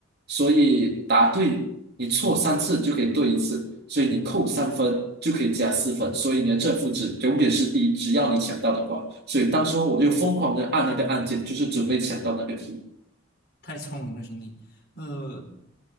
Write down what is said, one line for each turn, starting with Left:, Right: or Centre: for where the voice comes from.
Right: 所以答对你错三次就可以对一次，所以你扣三分就可以加四分，所以你的正负值永远是一，只要你抢到的话。所以当时候我就疯狂的按那个按键，就是准备抢到那个题。
Left: 太聪明了，兄弟。呃，